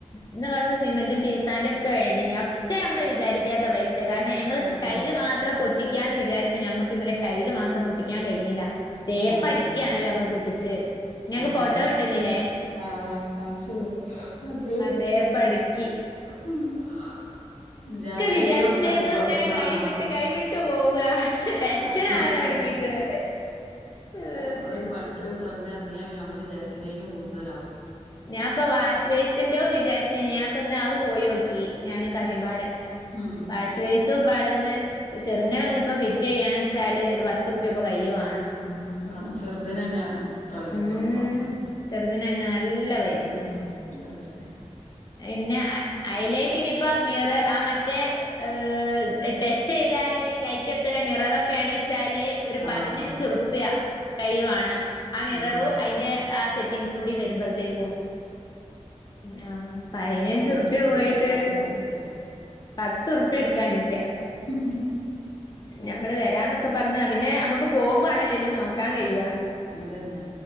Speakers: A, on the left (about 35°); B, on the left (about 85°).
A: ഇന്ന് കൊറച്ച് സിമന്റും പീസാൻ്റും ഒക്കെ വേണ്ടീനി ഒക്കെ നമ്മള് വിചാരിക്കാത്ത പൈസ- കാരണം ഞങ്ങള്
B: ആഹ്
A: ടൈല് മാത്രം പൊട്ടിക്കാന്ന് വിചാരിച്ച ഞമ്മക്ക് ഇന്നലെ ടൈല് മാത്രം പൊട്ടിക്ക- ക്കാൻ കഴിഞ്ഞില്ല തേപ്പ്
B: ആഹ്
A: അടക്കിയാണല്ലോ നമ്മള് പൊട്ടിച്ചെ ഞങ്ങക്ക്
B: അതന്നെ
A: ഫോട്ടോ കിട്ടുന്നില്ലേ
B: ആഹ് കാണിച്ചത് എത്ര എണ്ണംയുണ്ട്
A: തേപ്പടക്കി
B: ഹം <unintelligible> വിചാരിച്ചയിലും
A: വിചാരിച്ചേന്നും
B: അധികം
A: ഇങ്ങനെ
B: ആ-
A: കൈവിട്ട് കൈവിട്ട് പോവാ ടെൻഷൻ
B: അങ്ങനെതന്നെ
A: ആവലൊടങ്ങീക്ക്ണ് ഏഹ്
B: നമ്മളൊരു പണി- തുനിഞ്ഞിറങ്ങിയാ നമ്മള് വിചാരിക്കണേലും കൂടുതലാവും
A: ഞാൻ ഇപ്പ വാഷ് ബേസിന്റയൊ വിചാരിച്ച് ഞാൻ ഇപ്പ ഇന്ന് അത് പോയി നോക്കി ഞാനും കാക്കിമ്പാടെ <unintelligible>
B: ഉം
A: വാഷ് ബെ - പത്ത് റുപേടെ ഒന്ന് ചെറുങ്ങനെ ഒന്ന് ഇപ്പൊ ഫിറ്റ് ചെയ്യണ വെച്ചാല് ഒരു പത്തു റുപിയ ഇപ്പൊ കയ്യില് വേണം
B: ഉംവേണം ചെറുതിന് തന്നെ വേണം ഇത്ര പൈസ
A: ഉം
B: കൊടുക്കണം
A: ചെറുതിനന്നെ നല്ല പൈസേ
B: ഉ നല്ല പൈസയാ
A: പിന്നെ അതിലേക്ക് ഇനിയിപ്പ മീറ് ആ മറ്റ- <unintelligible> ടച്ച് ചെയ്താല് ലൈറ്റ് എത്തണ മിററൊക്കെയാണ് വച്ചാല് ഒരു പതിനഞ്ച്
B: ആഹ്
A: റുപ്യയ കൈയ്യു വേണം ആ മിററു
B: അതന്നെ
A: അതിന്റെ ആ സെറ്റിംഗസ് കൂടി വരുമ്പോഴത്തേക്കു- ആ പതിനഞ്ച്
B: ഉം
A: റുപ്പിയാ
B: എന്ത്
A: പോയിട്ട്-
B: തൊട്ടാലും പൈസയാ
A: പത്ത് റുപ്പിയ എടുക്കാനില്ല
B: ഉം ഉം
A: ഞമ്മള് വരാന്നൊക്കെ പറഞ്ഞതാ പിന്നെ നമുക്ക് പോകുമ്പാണല്ലേ എല്ലും നോക്ക- ക കയയാ <unintelligible>
B: അത് തന്നെ